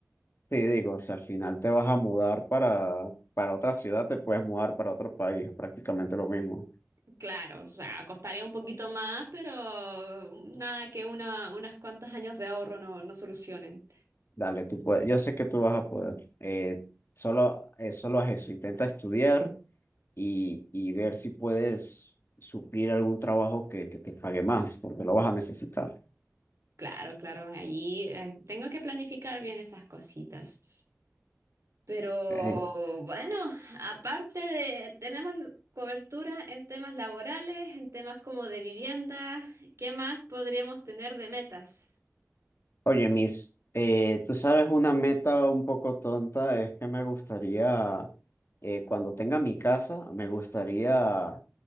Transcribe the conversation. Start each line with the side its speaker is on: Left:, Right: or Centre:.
Left: Sí, digo, si al final te vas a mudar para, para otra ciudad, te puedes mudar para otro país, es prácticamente lo mismo.
Right: Claro, o sea, costaría un poquito más, pero nada que una, unas cuantas años de ahorro no, no solucionen.
Left: Dale, tú puedes, yo sé que tú vas a poder. Eh, solo, eh, solo haz eso, intenta estudiar y, y ver si puedes suplir algún trabajo que, que te pague más, porque lo vas a necesitar.
Right: Claro, claro, allí eh, tengo que planificar bien esas cositas. Pero
Left: ¿ok?
Right: bueno, aparte de, tenemos cobertura en temas laborales, en temas como de vivienda, ¿qué más podríamos tener de metas?
Left: Oye, Miss, eh, tú sabes, una meta un poco tonta es que me gustaría, eh, cuando tenga mi casa, me gustaría